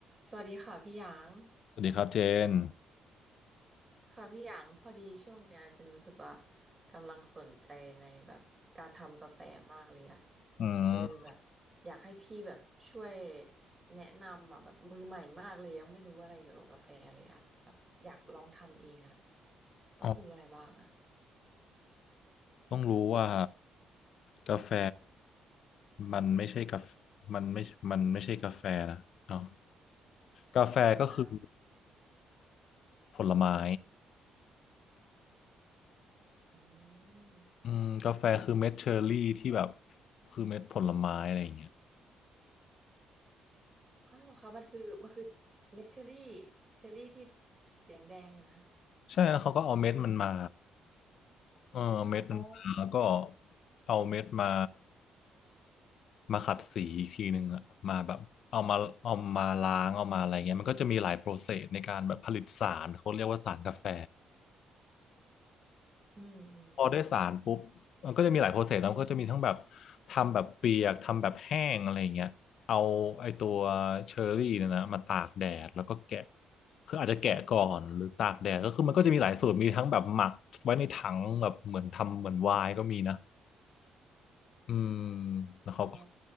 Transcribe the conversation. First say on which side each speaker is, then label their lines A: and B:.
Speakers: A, on the right; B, on the left.
A: สวัสดีค่ะพี่หยาง
B: สวัสดีครับเจน
A: ค่ะพี่หยางพอดีช่วงเนี้ยเจนรู้สึกว่ากำลังสนใจในแบบการทำกาแฟมากเลยอะ
B: อืม
A: เออแบบอยากให้พี่แบบช่วยแนะนำอะแบบมือใหม่มากเลยยังไม่รู้อะไรเกี่ยวกับกาแฟเลยอะแบบอยากลองทำเองอะต้องรู้อะไรบ้างอะ
B: อ๋อต้องรู้ว่ากาแฟมันไม่ใช่กาแฟมันไม่มันไม่ใช่กาแฟนะเนาะกาแฟก็คือ
A: อ้าว
B: ผลไม้
A: อ๋อ
B: อืมกาแฟคือเม็ดเชอร์รี่ที่แบบคือเม็ดผลไม้อะไรอย่างเงี้ย
A: อ้าวเหรอคะมันคือมันคือเม็ดเชอรี่เชอรี่ที่สีแดงๆอะนะ
B: ใช่แล้วเขาก็เอาเม็ดมันมาเออเม็ดมันมาแล้วก็
A: อ๋อ
B: เอาเม็ดมามาขัดสีอีกทีหนึ่งอะมาแบบเอามาเอามาล้างเอามาอะไรเงี้ยมันก็จะมีหลายโปรเซสในการแบบผลิตสารเขาเรียกว่าสารกาแฟ
A: อืมอืม
B: พอได้สารปุ๊บมันก็จะมีหลายโปรเซสแล้วก็จะมีทั้งแบบทำแบบเปียกทำแบบแห้งอะไรอย่างเงี้ยเอาไอตัวเชอร์รี่เนี่ยนะมาตากแดดแล้วก็แกะคืออาจจะแกะก่อนหรือตากแดดก็คือมันก็จะมีหลายสูตรมีทั้งแบบหมักไว้ในถังแบบเหมือนทำเหมือนไวน์ก็มีนะอืมแล้วเขาก็
A: อ๋อ